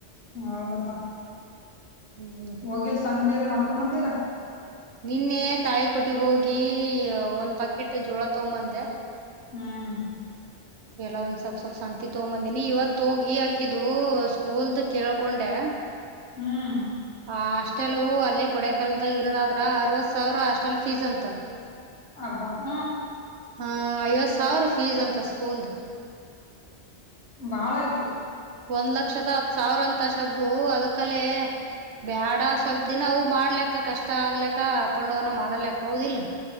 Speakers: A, on the left; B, on the right.
A: ಹ ಹೌದಪ್ಪಾ
B: ಹ್ಮ್
A: ಹೋಗಿಲ್ ಸಂತೆ ಅದು ಮಾಡ್ಕೊ ಬಂದಿಲ್ಲಾ
B: ನಿನ್ನೆ ತಾಳಿಕಟ್ಟಿಗೆ ಹೋಗಿ ಒಂದ್ ಪಾಕೆಟ್ ಜೋಳ ತ ಬಂದೆ
A: ಹ್ಮ್
B: ಬೆಲ ಒಂದ ಸ್ವಲ್ಪ್ ಸ್ೊಲ್ಪ್ ಸಂತಿ ತಗೊಂಬಂದಿನಿ ಇವತ್ ತೋಗಿ ಅಕಿದು ಸ್ಕೂಲ್ದ ಕೇಳ್ಕೊಂಡೆ
A: ಹ್ಮ್
B: ಹಾಸ್ಟೆಲ್ ಅಲ್ಲೇ ಕೊಡೆ ಕಲ್ದ ಇರೋದಾದ್ರ ಅರವತ್ ಸಾವಿರ ಹಾಸ್ಟೆಲ್ ಫೀಸ್ ಅಂತ
A: ಅಬ್ಬಾ ಹ್ಮ
B: ಹ ಐವತ್ತು ಸಾವಿರ ಫೀಸ್ ಅಂತ ಸ್ಕೂಲ್ದು
A: ಬಾಳ ಆಯ್ತು
B: ಒಂದ್ ಲಕ್ಷದ ಹತ್ ಸಾವಿರ ಅಂತ ಶಬ್ಬು ಅದ್ಕಲೆೇ ಬೇಡ ಸ್ವಲ್ಪ ದಿನ ಅವು ಮಾಡ್ಲಕ್ಕ ಕಷ್ಟ ಆಗ್ಲಕ್ಕ ಅಪ್ಪೊಂಡ್ವನ ಮಾಡಲಕ್ಕ ಅವದಿಲ್ಲ